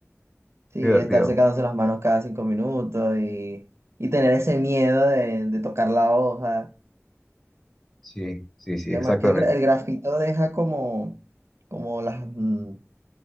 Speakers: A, on the right; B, in the centre.
A: sí,
B: Divertido.
A: estar secándose las manos cada cinco minutos y, y tener ese miedo de, de tocar la hoja.
B: Sí, sí, sí,
A: Y
B: exactamente.
A: además que el, gra- el grafito deja como, como las, mm,